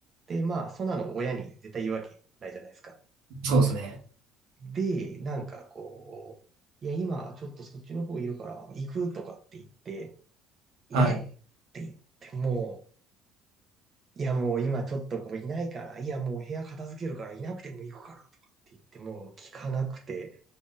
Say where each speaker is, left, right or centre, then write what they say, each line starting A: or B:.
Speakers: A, on the right; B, on the right.
A: で、まあそんなの親に絶対言うわけないじゃないですか。
B: そうですね。
A: で、なんかこう、いや今ちょっとそっちの方いるから行くとかって言って、えっ
B: はい。
A: て言ってもいや、もう今ちょっとこういないから、いや、もう部屋片付けるからいなくても行くからとかって言って、もう聞かなくて、